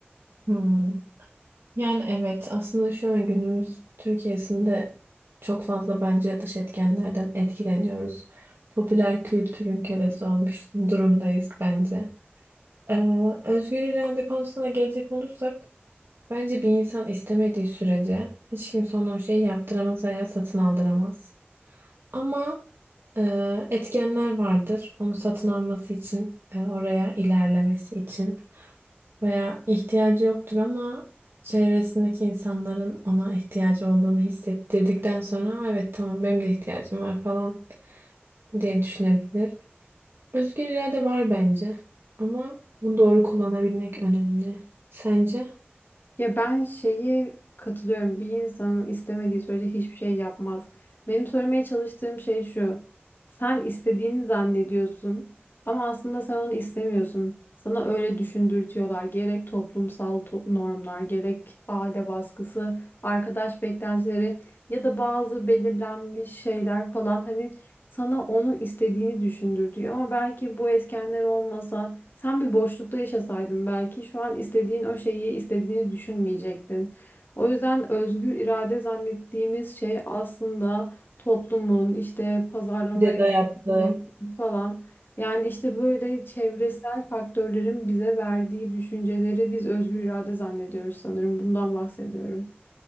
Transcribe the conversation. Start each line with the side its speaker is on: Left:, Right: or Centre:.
Right: Hmm. Yani evet aslında şu an günümüz Türkiye'sinde çok fazla bence dış etkenlerden etkileniyoruz. Popüler kültürün kölesi olmuş durumdayız bence. Ee, özgür irade konusuna gelecek olursak bence bir insan istemediği sürece hiç kimse ona o şeyi yaptıramaz veya satın aldıramaz. Ama e, etkenler vardır onu satın alması için, e, oraya ilerlemesi için. veya ihtiyacı yoktur ama çevresindeki insanların ona ihtiyacı olduğunu hissettirdikten sonra evet tamam benim de ihtiyacım var falan diye düşünebilir. Özgür irade var bence ama bunu doğru kullanabilmek önemli. Sence?
Left: Ya ben şeyi katılıyorum. Bir insanın istemediği sürece hiçbir şey yapmaz. Benim söylemeye çalıştığım şey şu. Sen istediğini zannediyorsun ama aslında sen onu istemiyorsun. Sana öyle düşündürtüyorlar. Gerek toplumsal to- normlar, gerek aile baskısı, arkadaş beklentileri ya da bazı belirlenmiş şeyler falan hani sana onu istediğini düşündürtüyor. Ama belki bu etkenler olmasa sen bir boşlukta yaşasaydın belki şu an istediğin o şeyi istediğini düşünmeyecektin. O yüzden özgür irade zannettiğimiz şey aslında toplumun işte pazarlama
Right: Bir de
Left: etkilerinin
Right: dayattı.
Left: falan yani işte böyle çevresel faktörlerin bize verdiği düşünceleri biz özgür irade zannediyoruz sanırım. Bundan bahsediyorum.